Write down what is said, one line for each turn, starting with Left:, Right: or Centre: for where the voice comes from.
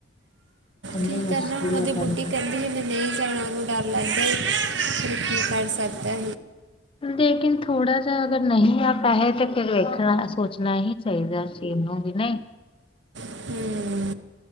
Right: ਕੀ
Left: ਕਿ ਮੁਸ਼ਕਿਲ
Right: ਕਰਨਾ ਹੁਣ ਉਹਦੀ
Left: ਹੈ
Right: ਬੁੱਢੀ
Left: ਕਰਨਾ
Right: ਕਹਿੰਦੀ ਜੇ ਮੈਂ ਨਹੀਂ ਜਾਣ ਨੂੰ ਡਰ ਲੱਗਦਾ ਫਿਰ ਕੀ ਕਰ ਸਕਦਾ?
Left: ਲੇਕਿਨ ਥੋੜਾ ਜਿਆ ਅਗਰ ਨਹੀਂ ਆ ਪੈਹੇ ਤੇ ਫਿਰ ਵੇਖਣਾ- ਸੋਚਣਾ ਹੀ। ਚਾਹੀਦਾ ਸੀਂ ਇਹਨੂੰ ਵੀ ਨਹੀਂ
Right: ਹੂੰ